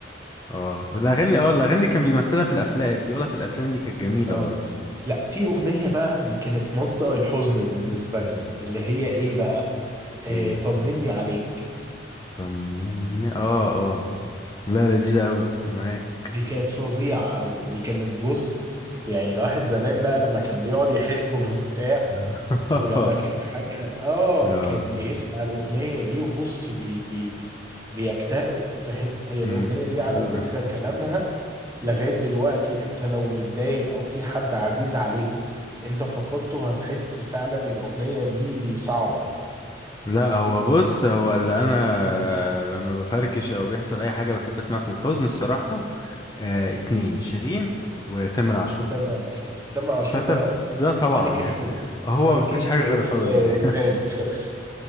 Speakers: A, on the left (about 20°); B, on the right (about 15°).
A: اه والاغاني اه الاغاني كان بيمثلها في الافلام بيقولها في الافلام دي كانت جميله
B: اه
A: برضه
B: لا في اغنية بقى دي كانت مصدر الحزن بالنسبة لنا اللي هي ايه بقى آه
A: ايه
B: طمني عليك
A: طمني اه اه لا لذيذه قوي معاك
B: دي كانت فظيعة أوي دي كانت بص يعني الواحد زمان بقى لما كان بيقعد يحب <laughs> وبتاع
A: <laughs>
B: ولما كانت حاجة اه
A: اه
B: كان بيسمع الأغنية دي وبص بي بي بيكتئب فاهم هي
A: امم
B: الأغنية دي على
A: لا
B: فكرة كلامها لغاية دلوقتي انت لو متضايق او في حد عزيز عليك انت فقدته هتحس فعلا الأغنية دي صعبة يعني
A: لا، هو بص هو اللي انا لما بفركش او بيحصل اي حاجه بحب اسمعها في الحزن الصراحه آه اتنين شيرين وتامر عاشور
B: وتامر عاشور تامر عاشور
A: ده
B: ده
A: ده ده طبعا
B: ملك
A: يعني
B: الحزن
A: هو
B: ده
A: ما
B: كينج
A: بيعملش حاجه غير
B: اوف
A: الحزن يعني
B: ساد <laughs>